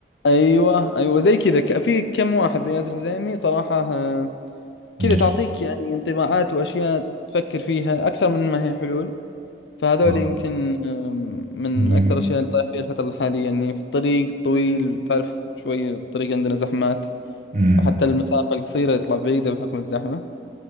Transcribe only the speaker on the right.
امم
اه
ب-
امم